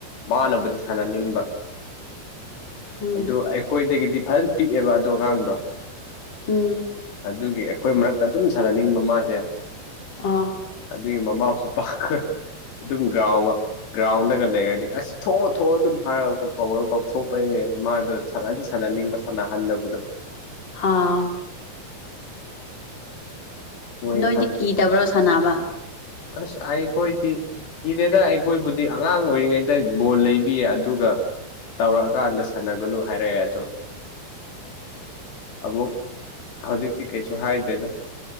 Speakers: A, on the left (about 80°); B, on the left (about 30°).
A: ꯃꯥꯅꯕꯨꯗꯤ ꯁꯥꯅꯅꯤꯡꯕ
B: ꯎꯝ
A: ꯑꯗꯨ ꯑꯩꯈꯣꯏꯗꯒꯤꯗꯤ ꯐꯟ ꯄꯤꯛꯑꯦꯕ ꯑꯗꯨ ꯑꯉꯥꯡꯗꯣ
B: ꯎꯝ
A: ꯑꯗꯨꯒꯤ ꯑꯩꯈꯣꯏ ꯃꯔꯛꯇ ꯑꯗꯨꯝ ꯁꯥꯟꯅꯅꯤꯡꯕ ꯃꯥꯖꯦ
B: ꯑ
A: ꯑꯗꯨꯒꯤ ꯃꯃꯥꯁꯨ ꯄꯥꯥꯈꯈ꯭ꯔꯦ ꯑꯗꯨꯝ ꯒ꯭ꯔꯥꯎꯋ ꯒ꯭ꯔꯥꯎꯟꯗꯒ ꯂꯩꯔꯗꯤ ꯑꯁ ꯊꯣꯑꯣ ꯊꯣꯑꯣ ꯑꯗꯨꯝ ꯍꯥꯏꯔꯒ ꯀꯧꯔ ꯀꯧꯊꯣꯛꯄꯩꯅꯦ ꯃꯥꯗꯣ ꯁꯥꯟꯅꯗꯤ ꯁꯥꯟꯅꯅꯤꯡꯕ ꯁꯥꯟꯅꯍꯟꯗꯕꯗꯣ
B: ꯍꯥꯎ
A: ꯃꯣꯏ
B: ꯅꯣꯏꯗꯤ
A: ꯈꯜꯂꯤ
B: ꯀꯤꯗꯕ꯭ꯔꯣ ꯁꯥꯅꯥꯕ
A: ꯑꯁ ꯑꯩꯈꯣꯏꯗꯤ ꯀꯤꯗꯦꯗ ꯑꯩꯈꯣꯏꯕꯨꯗꯤ ꯑꯉꯥꯡ ꯑꯣꯏꯔꯤꯉꯩꯗ ꯕꯣꯜ ꯂꯩꯕꯤꯌꯦ ꯑꯗꯨꯒ ꯇꯥꯎꯔꯛꯑꯀꯥꯟꯗ ꯁꯥꯟꯅꯒꯅꯨ ꯍꯥꯏꯔꯦꯑꯦ ꯑꯗꯣ ꯑꯃꯨꯛ ꯍꯧꯖꯤꯛꯇꯤ ꯀꯩꯁꯨ ꯍꯥꯏꯗꯦꯗ